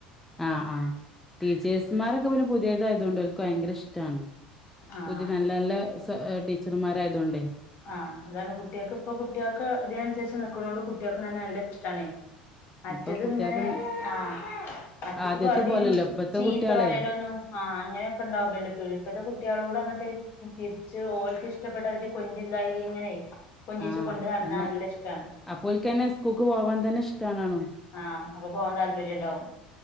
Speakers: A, in the centre; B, on the left.
A: ആഹ് ആഹ് ടീച്ചേഴ്സ്മാരൊക്കെ പിന്നെ പുതിയതായതുകൊണ്ട് ഓൽക്ക് ഭയങ്കര ഇഷ്ടാണ്
B: ആഹ്
A: പുതിതനല്ലെ നല്ലെ ടീച്ചർമാരായതൊണ്ടേ
B: ആഹ് അതാണ് കുട്ട്യാക്ക് ഇപ്പൊ കുട്ട്യാക്ക് ഇതിനനുസരിച്ച് നിക്കണോണ്ട് കട്ട്യാക്കുംതന്നെ നല്ല ഇഷ്ടണേ മറ്റത്
A: അപ്പൊ കുട്ടികൾക്ക്
B: ഇങ്ങനെ ആഹ് മറ്റേത്
A: ആദ്യത്തെ
B: വടിയും
A: പോലല്ലോ ഇപ്പത്തെ
B: ചീത്ത
A: കുട്ടികളെ
B: പറയലൊന്നും ആഹ് അങ്ങനെയൊക്കെണ്ടാവുമ്പല്ലേ പേടി ഇപ്പഴത്തെ കുട്ട്യാളോട എന്നിട്ടേര്ക്കും ചിരിച്ച് ഓൽക്ക് ഇഷ്ടപ്പെട്ടാതിരി കൊഞ്ചില്ലായിക ഇങ്ങനെയ് കൊഞ്ചിച്ചു
A: ആഹ്
B: കൊണ്ട് നടന്നാ
A: അയിന്
B: നല്ല ഇഷ്ടാണ്
A: അപ്പോൽക്കന്നെ സ്കൂൾക്ക് പോവാൻ തന്നെ ഇഷ്ടാണാണും
B: ആഹ് അപ്പൊ പോവാൻ താല്പര്യണ്ടാവും